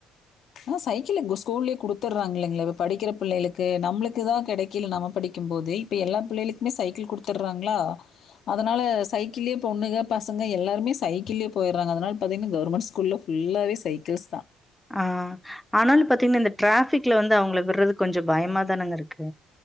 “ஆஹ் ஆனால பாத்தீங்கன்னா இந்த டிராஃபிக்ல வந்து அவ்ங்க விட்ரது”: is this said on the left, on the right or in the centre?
Centre